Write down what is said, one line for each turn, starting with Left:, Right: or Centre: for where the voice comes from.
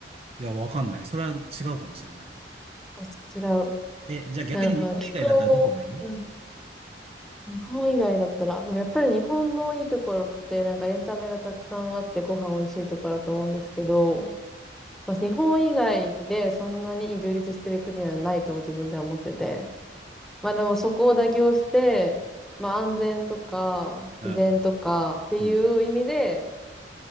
Right: いや、わかんない。それは違うかもしれない。
Centre: あ違う。
Right: え、じゃあ逆に日本以外だったらどこがいい
Centre: なるほど。気候、うん。日本以外だったら、でもやっぱり日本のいいところって、なんかエンタメがたくさんあってご飯美味しいところだと思うんですけど、まあ、日本以外でそんなに充実してる国はないと自分では思ってて。まあでもそこを妥協して、まあ安全とか自然とかっていう意味で、
Right: うんうん。